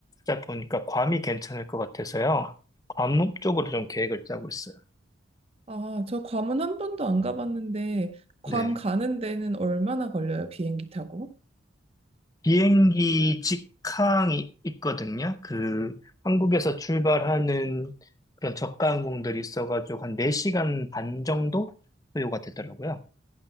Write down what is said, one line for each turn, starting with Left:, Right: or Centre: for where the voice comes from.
Left: 하다 보니까 괌이 괜찮을 것 같아서요. 괌 쪽으로 좀 계획을 짜고 있어요.
Right: 아, 저 괌은 한 번도 안 가봤는데, 괌
Left: 네.
Right: 가는 데는 얼마나 걸려요? 비행기 타고?
Left: 비행기 직항이 있거든요. 그 한국에서 출발하는 그런 저가 항공들이 있어가지고 한 4시간 반 정도 소요가 되더라고요.